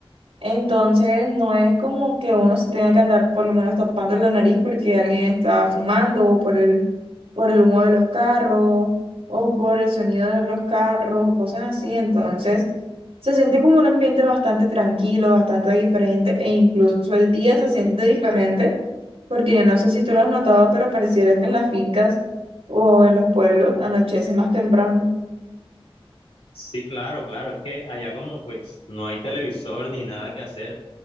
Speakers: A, on the right (about 90°); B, on the left (about 80°).
A: Entonces, no es como que uno se tenga que andar por lo menos tapando la nariz porque alguien está fumando o por el, por el humo de los carros o por el sonido de los carros o cosas así. Entonces, se siente como un ambiente bastante tranquilo, bastante diferente e incluso el día se siente diferente porque yo no sé si tú lo has notado, pero pareciera que en las fincas o en los pueblos anochece más temprano.
B: Sí, claro, claro, es que allá como pues no hay televisor ni nada que hacer.